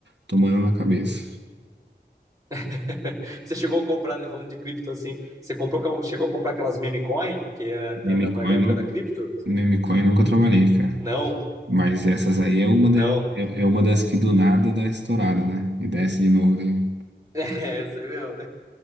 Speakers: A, on the right (about 75°); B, on the right (about 20°).
A: tomando na cabeça.
B: <laughs> você chegou a comprar, né, falando de cripto assim, você comprou, chegou a comprar aquelas meme coin, que era da,
A: Memecoin,
B: da, da época
A: não,
B: da cripto?
A: Memecoin nunca trabalhei, cara.
B: Não,
A: Mas essas aí é uma delas,
B: não.
A: é, é uma das que do nada dá estourada, né? E desce de novo, né?
B: <laughs> Essa, meu,